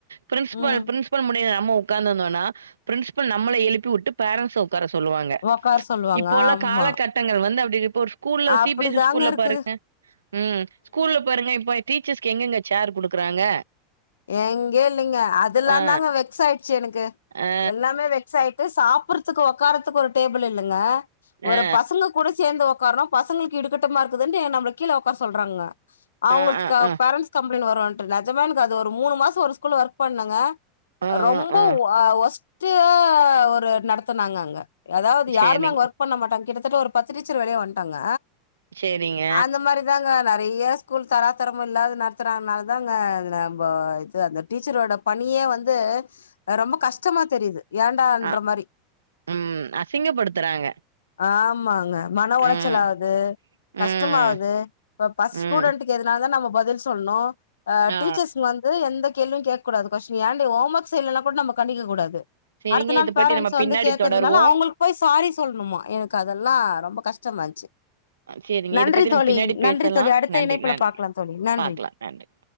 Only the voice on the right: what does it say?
பிரின்சிபல்
பிரின்சி போன் பண்ணி நம்ம உக்காந்துருந்தோனா பிரின்சிபல் நம்மள எழுப்பி உட்டு பேரன்ஸ்ஸ உட் கார சொல்லுவாங்க
இப்போ உள்ள
காலகட்டங்கள் வந்து அப்டி இப்போ ஒரு ஸ் ஸ்கூல்ல
சி பி எஸ் சி ஸ்கூல்ல
பாருங்க ம் ஸ்கூல்ல பாருங்க இப்ப டீச்சர்ஸ்கு எங்கெங்க சேர் குடுக்கறாங்க
ஆ
ஆ
ஆ
ஆ ஆ ஆ
ஆ
ஆ ஆ
சேரிங்க
சேரிங்க
ஆ
ம் அசிங்கப்படுத்துறாங்க
ம்
ம்
ம்
ஆ
சேரிங்க
இத பத்தி
நம்ம
பின்னாடி
தொடருவோ
சேரிங்க
இத பத்தி
நம்ம பின்னாடி
பேசலா
நன்றி
நன்றி
பாக்கலா நன்றி